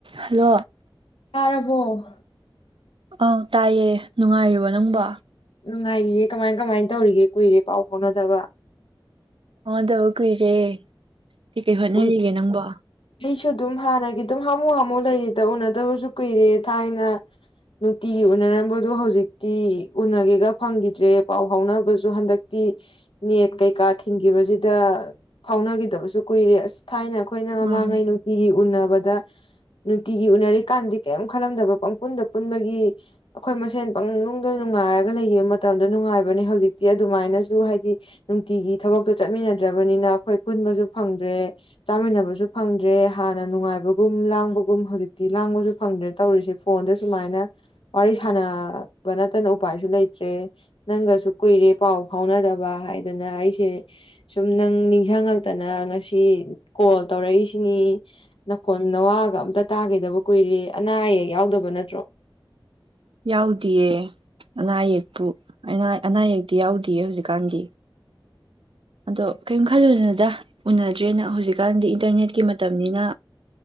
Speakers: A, on the right; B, on the left.
A: ꯍꯜꯂꯣ
B: ꯇꯥꯔꯕꯣ
A: ꯑ ꯇꯥꯏꯌꯦ ꯅꯨꯡꯉꯥꯏꯔꯤꯕ ꯅꯪꯕ
B: ꯅꯨꯡꯉꯥꯏꯔꯤꯌꯦꯦ ꯀꯃꯥꯏ ꯀꯃꯥꯏꯅ ꯇꯧꯔꯤꯒꯦ ꯀꯨꯏꯔꯦ ꯄꯥꯎ ꯐꯥꯎꯅꯗꯕ꯫
A: ꯐꯥꯎꯅꯗꯕꯗ ꯀꯔꯦ꯫ ꯀꯩ ꯀꯩ ꯍꯣꯠꯅꯔꯤꯒꯦ
B: ꯎꯟ
A: ꯅꯪꯕꯣ꯫
B: ꯑꯩꯁꯨ ꯑꯗꯨꯝ ꯍꯥꯟꯅꯒꯤ ꯑꯗꯨꯝ ꯍꯥꯃꯨ ꯍꯥꯃꯨ ꯂꯩꯔꯤꯗ ꯎꯅꯗꯕꯁꯨ ꯀꯨꯏꯔꯦ ꯊꯥꯏꯅ ꯅꯨꯡꯇꯤꯒꯤ ꯎꯅꯔꯝꯕꯗꯨꯣ ꯍꯧꯖꯤꯛꯇꯤ ꯎꯅꯒꯦꯒ ꯐꯪꯈꯤꯗ꯭ꯔꯦ ꯄꯥꯎ ꯐꯥꯎꯅꯕꯁꯨ ꯍꯟꯗꯛꯇꯤ ꯅꯦꯠ ꯀꯩꯀꯥ ꯊꯤꯟꯈꯤꯕꯁꯤꯗ ꯐꯥꯎꯅꯈꯤꯗꯕꯁꯨ ꯀꯨꯏꯔꯥꯏ ꯊꯥꯏ ꯅ ꯑꯩꯈꯣꯏꯅ ꯃꯃꯥꯡꯉꯩ
A: ꯃꯥꯅꯦ
B: ꯅꯨꯡꯇꯤꯒꯤ ꯎꯅꯕ ꯅꯨꯡꯇꯤꯒꯤ ꯎꯅꯔꯤꯀꯥꯟꯗꯤ ꯀꯔꯤꯝ ꯈꯜꯂꯝꯗꯕ ꯄꯪꯄꯨꯟꯗ ꯄꯨꯟꯕꯒꯤ ꯑꯩꯈꯣꯏ ꯃꯁꯦꯟ ꯄꯪꯅꯨꯡꯗ ꯅꯨꯡꯉꯥꯏꯔꯒ ꯂꯩꯈꯤꯕ ꯃꯇꯝꯗ ꯅꯨꯡꯉꯥꯏꯕꯅꯦ ꯍꯧꯖꯤꯛꯇꯤ ꯑꯗꯨꯃꯥꯏꯅꯁꯨ ꯍꯥꯏꯗꯤ ꯅꯨꯡꯇꯤꯒꯤ ꯊꯕꯛꯇꯣ ꯆꯠꯃꯤꯟꯅꯗ꯭ꯔꯕꯅꯤꯅ ꯑꯩꯈꯣꯏ ꯄꯨꯟꯕꯁꯨ ꯐꯪꯗ꯭ꯔꯦ ꯆꯥꯃꯤꯟꯅꯕꯁꯨ ꯐꯪꯗ꯭ꯔꯦ ꯍꯥꯟꯅ ꯅꯨꯡꯉꯥꯏꯕꯒꯨꯝ ꯂꯥꯡꯕꯒꯨꯝ ꯍꯧꯖꯤꯛꯇꯤ ꯂꯥꯡꯕꯁꯨ ꯐꯪꯗ꯭ꯔꯦ ꯇꯧꯔꯤꯁꯦ ꯐꯣꯟꯗ ꯁꯨꯃꯥꯏꯅ ꯋꯥꯔꯤ ꯁꯥꯟꯅꯕ ꯅꯠꯇꯅ ꯎꯄꯥꯏꯁꯨ ꯂꯩꯇ꯭ꯔꯦ ꯅꯪꯒꯁꯨ ꯀꯨꯏꯔꯦ ꯄꯥꯎ ꯐꯥꯎꯅꯗꯕ ꯍꯥꯏꯗꯅ ꯑꯩꯁꯦ ꯁꯨꯝ ꯅꯪ ꯅꯤꯡꯁꯤꯡꯉꯛꯇ ꯑꯗꯨꯅ ꯉꯁꯤ ꯀꯣꯜ ꯇꯧꯔꯛꯏꯁꯤꯅꯤ ꯅꯈꯣꯟ ꯅꯋꯥꯒ ꯑꯝꯇ ꯇꯥꯒꯗꯕ ꯀꯨꯏꯔꯦ ꯑꯅꯥ ꯑꯌꯦꯛ ꯌꯥꯎꯗꯕ ꯅꯠꯇ꯭ꯔꯣ
A: ꯌꯥꯎꯗꯌꯦ ꯑꯅꯥ ꯑꯌꯦꯛꯄꯨ ꯑ ꯑꯅꯥ ꯑꯌꯦꯛꯛꯇꯤ ꯌꯥꯎꯗꯌꯦ ꯍꯧꯖꯤꯛꯀꯥꯟꯗꯤ ꯑꯗꯣ ꯀꯔꯤꯝ ꯈꯜꯂꯨꯅꯣꯗ ꯎꯅꯗ꯭ꯔꯦꯅ ꯍꯧꯖꯤꯛꯀꯥꯟꯗꯤ ꯏꯟꯇꯔꯅꯦꯠꯀꯤ ꯃꯇꯝꯅꯤꯅ